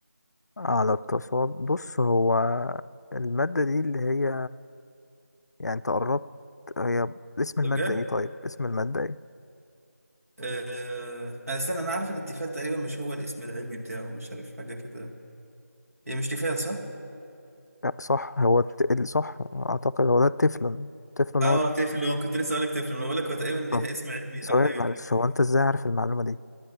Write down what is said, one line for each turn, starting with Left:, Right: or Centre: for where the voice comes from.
Left: على التصاد بص هو المادة دي اللي هي يعني انت قربت هي اسم المادة
Right: ده بجد
Left: ايه طيب اسم المادة ايه
Right: آه... انا استنى انا عارف ان التيفال تقريبا مش هو الاسم العلمي بتاعه مش عارف حاجه كده هي مش تيفال صح
Left: لا صح هو الت... الصح اعتقد هو ده التفلون التفلون
Right: اه
Left: هو
Right: تيفلون كنت لسه اقول لك تيفلون انا بقول لك هو تقريبا ليها
Left: طب
Right: اسم علمي
Left: سؤال
Right: او حاجه
Left: معلش
Right: كده
Left: هو انت ازاي عارف المعلومة دي